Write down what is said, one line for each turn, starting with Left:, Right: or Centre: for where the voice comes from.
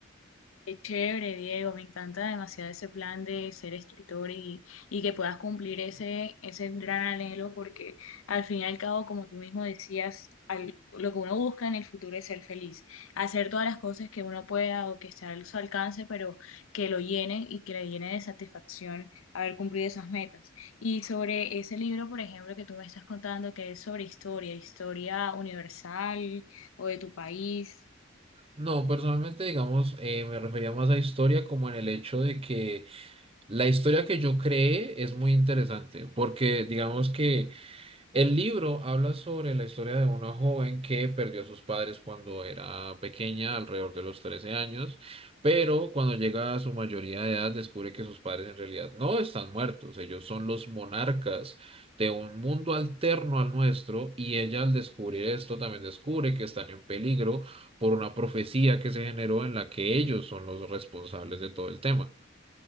Left: Qué chévere, Diego, me encanta demasiado ese plan de ser escritor y, y que puedas cumplir ese, ese gran anhelo, porque al fin y al cabo, como tú mismo decías, al- lo que uno busca en el futuro es ser feliz, hacer todas las cosas que uno pueda o que esté a su alcance, pero que lo llene y que le llene de satisfacción haber cumplido esas metas. Y sobre ese libro, por ejemplo, que tú me estás contando, que es sobre historia, historia universal o de tu país.
Right: No, personalmente, digamos, eh, me refería más a historia como en el hecho de que La historia que yo creé es muy interesante porque digamos que el libro habla sobre la historia de una joven que perdió a sus padres cuando era pequeña, alrededor de los 13 años, pero cuando llega a su mayoría de edad descubre que sus padres en realidad no están muertos, ellos son los monarcas de un mundo alterno al nuestro y ella al descubrir esto también descubre que están en peligro por una profecía que se generó en la que ellos son los responsables de todo el tema.